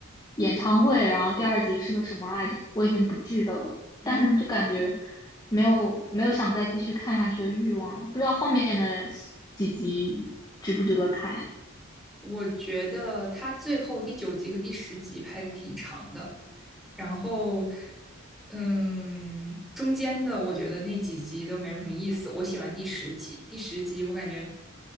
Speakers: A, on the left; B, in the centre.
A: 演唱会，然后第二集是个什么来着，我已经不记得了。
B: 嗯，
A: 但是就感觉没有没有想再继续看下去的欲望了，不知道后面的几集值不值得看呀？
B: 我觉得它最后第九集和第十集拍的挺长的。然后，嗯，中间的我觉得那几集都没有什么意思。我喜欢第十集，第十集我感觉